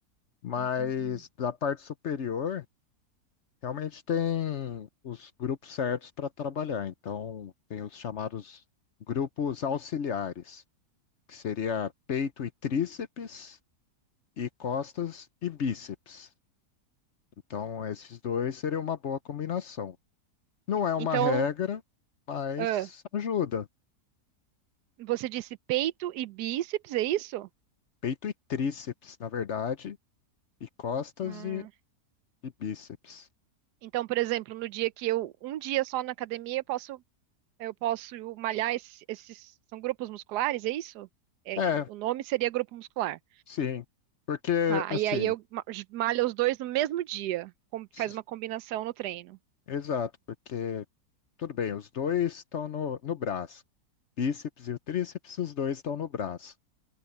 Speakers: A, on the left (about 55°); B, on the right (about 85°).
A: mas
B: Uhum.
A: da parte superior realmente tem os grupos certos para trabalhar, então tem os chamados grupos auxiliares, que seria peito e tríceps. e costas e bíceps. Então, esses dois seriam uma boa combinação. Não é uma
B: Então,
A: regra, mas
B: ah,
A: ajuda.
B: você disse peito e bíceps, é isso?
A: Peito e tríceps, na verdade, e costas
B: Ah,
A: e, e bíceps.
B: Então, por exemplo, no dia que eu, um dia só na academia, eu posso Eu posso malhar esse- esses. São grupos musculares, é isso? É-
A: É,
B: é- o nome seria grupo muscular.
A: sim. Porque,
B: Tá,
A: assim,
B: e aí eu ma- malho os dois no mesmo dia. com-
A: s-
B: faz uma combinação no treino.
A: exato, porque, tudo bem, os dois estão no, no braço. Bíceps e o tríceps, os dois estão no braço.